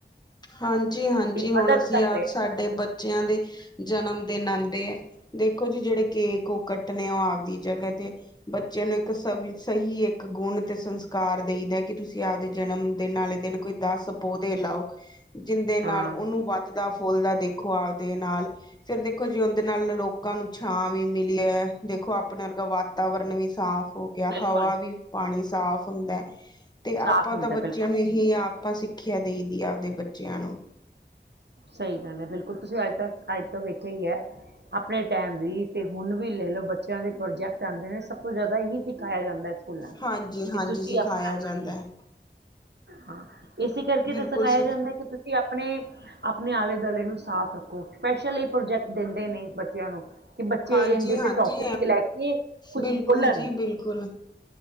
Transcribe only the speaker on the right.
ਮਦਦ
ਕਰ
ਰਿਹਾ
ਹੈ।
ਹਾਂ
ਬਿਲਕੁਲ
ਸਾਫ਼
ਹੁੰਦਾ
ਹੈ, ਬਿਲਕੁਲ
ਸਹੀ ਗੱਲ ਹੈ ਬਿਲਕੁਲ ਤੁਸੀਂ ਅੱਜ ਤੱਕ ਅੱਜ ਤੋਂ ਵੇਖਿਆ ਹੀ ਹੈ। ਆਪਣੇ ਟਾਈਮ ਵੀ ਤੇ ਹੁਣ ਵੀ ਲੈ ਲਓ ਬੱਚਿਆਂ ਦੇ ਪ੍ਰੋਜੈਕਟ ਆਉਂਦੇ ਨੇ ਸਭ ਤੋਂ ਜ਼ਿਆਦਾ ਹੀ ਸਿਖਾਇਆ ਜਾਂਦਾ ਹੈ। ਫੁੱਲਾਂ ਵੀ
ਤੁਸੀਂ
ਆਪਣਾ ਹਾਂਜੀ।
ਹਾਂ ਇਸੇ ਕਰਕੇ
ਤਾਂ ਸਿਖਾਇਆ
ਜਾਂਦਾ ਕਿ ਤੁਸੀਂ ਆਪਣੇ? ਆਪਣੇ ਆਲੇ ਦੁਆਲੇ ਨੂੰ ਸਾਫ਼ ਰੱਖੋ। ਸਪੈਸ਼ਲ ਇਹ ਪ੍ਰੋਜੈਕਟ ਦਿੰਦੇ ਨੇ ਬੱਚਿਆਂ ਨੂੰ। ਕਿ ਬੱਚੇ
ਇਹਦੇ ਤੇ ਟੋਪਿਕ ਤੇ ਲੈ ਕੇ ਕੁਛ
ਬੋਲਣ।